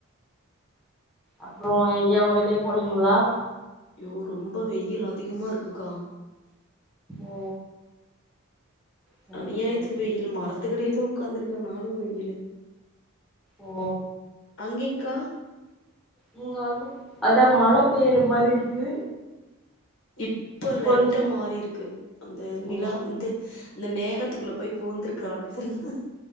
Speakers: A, in the centre; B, on the left.
A: அப்றோ எங்கயா வெளிய போலிங்களா
B: யோ ரொம்ப வெயில் அதிகமா இருக்குக்கா
A: ஓ சரிங்க
B: அநியாயத்துக்கு
A: சரிங்க
B: வெயில் மர த்துக்கடில தா உக்காந்துருக்கே ஆனாலும் வெயிலு
A: ஓ
B: அங்கெங் க்கா
A: இங்க வந்து அதா மழ பெய்ற மாரி இருக்கு
B: இப் இப்ப லைட்டா
A: கொஞ்சோ
B: மாறிருக்கு அந்த நிலா
A: ம்
B: வந்து இந்த மேகத்துக்குள்ள போய் பூந்துருக்கான்னு தெர்ல